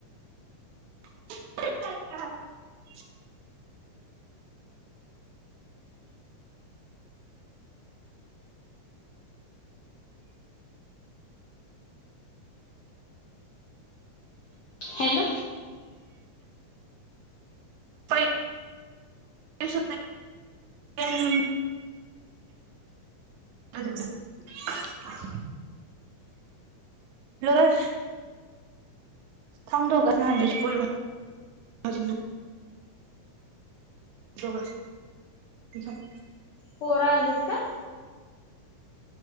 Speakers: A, on the right; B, on the left.
A: <unintelligible>
B: हॅलो.
A: पै... <unintelligible> हो तिकडं हॅलो रश थांब दोघानी अंड्याची पोळी भाजून देतो. <unintelligible>
B: पोरं आलीत काय?